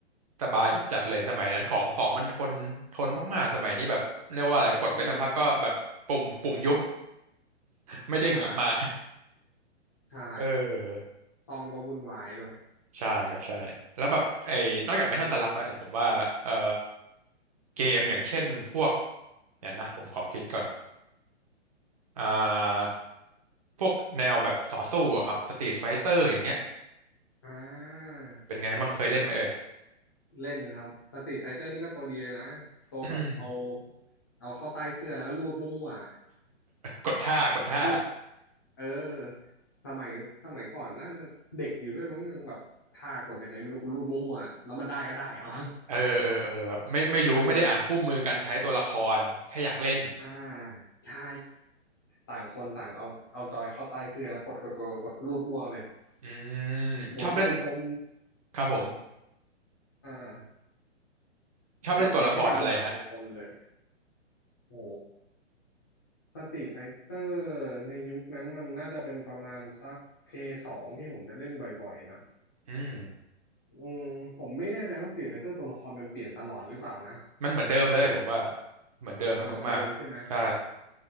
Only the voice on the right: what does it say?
สบายจัดๆเลยสมัยนั้นของของมันทนทนมากๆสมัยนี้แบบเรียกว่าอะไรกดไปสักพักก็แบบปุ่มปุ่มยุบ
ไม่เด้งกลับมา
เออ
ใช่ครับใช่แล้วแบบไอ้นอกจากเมทัลสลักแล้วเนี่ยผมว่าเอ่อเกมอย่างเช่นพวกเนี่ยนะผมขอคิดก่อนอ่าพวกแนวแบบต่อสู้อะครับสตรีทไฟเตอร์อย่างเงี้ย
เป็นไงมั่งเคยเล่นไหมเอ่ย
อืม
กดท่ากดท่า
เออเออเออแบบไม่ไม่รู้ไม่ได้อ่านคู่มือการใช้ตัวละครแค่อยากเล่น
อืม
ชอบเล่นครับผม
ชอบเล่นตัวละครอะไรฮะ
อืม
มันเหมือนเดิมเลยผมว่า
เหมือนเดิมมากๆใช่